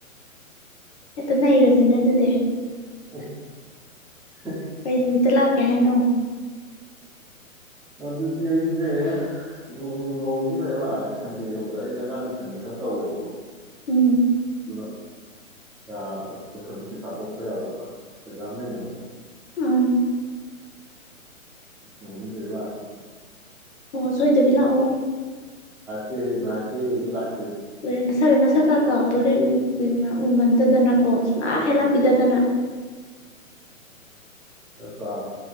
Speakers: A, on the left; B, in the centre.
A: ꯍꯣ ꯅꯔꯖ ꯁꯤꯅ ꯑꯗꯨꯗꯤ
B: <unintelligible>
A: ꯀꯩ ꯅꯨꯃꯤꯠꯇ ꯂꯥꯛ ꯌꯥꯍꯅꯣ
B: ꯑꯗꯨꯗꯤ ꯑꯩꯁꯦ ꯎꯝ ꯅꯣꯡ ꯅꯤꯅꯤꯗ ꯂꯥꯛꯑꯒꯦ ꯁꯟꯗꯦꯒꯨꯝꯕꯗ ꯑꯩꯗ ꯑꯉꯥꯡ ꯇꯨꯏꯁꯟꯗ ꯈꯔ ꯇꯧꯋꯦꯕꯀꯣ
A: ꯎꯝ
B: ꯑꯗꯨꯅ ꯌꯥꯕꯗꯣ ꯂꯣꯏꯁꯟꯁꯤ ꯊꯥꯗꯣꯛꯄ ꯌꯥꯗꯕ ꯑꯦꯛꯖꯥꯝ ꯂꯩꯅꯕ
A: ꯑꯥ
B: ꯍꯅꯤ ꯂꯩ ꯂ ꯍꯥꯇꯦ
A: ꯑꯣ ꯁꯣꯏꯗꯕꯤ ꯂꯥꯛꯑꯣ
B: ꯦ ꯏꯀꯦ ꯏ ꯂꯥꯛ
A: ꯎꯔꯦ ꯅꯁꯥ ꯅꯁꯥ ꯀꯥ ꯀꯥꯎꯗꯣꯔꯦ ꯎ ꯎꯏꯃꯟꯗꯗꯅꯀꯣ ꯁꯨꯃ ꯍꯦꯂꯥꯛꯄꯤꯗꯗꯅ
B: ꯑꯄ꯭ꯔꯥ